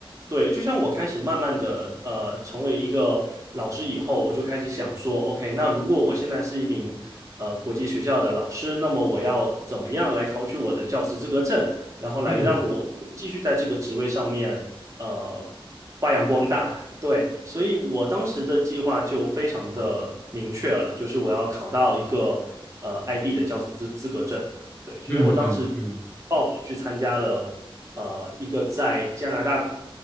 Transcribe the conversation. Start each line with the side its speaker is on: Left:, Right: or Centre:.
Right: 对，就像我开始慢慢的，呃，成为一个老师以后，我就开始想说，OK，那如果我现在是一名呃国际学校的老师，那么我要怎么样来考取我的教师资格证，然后来让我继续在这个职位上面，
Left: 嗯
Right: 呃，发扬光大。对，所以我当时的计划就非常的明确了，就是我要考到一个呃 IB 的教师资资格证。对，所以我当时
Left: 嗯嗯嗯，
Right: 报名去参加了呃一个在加拿大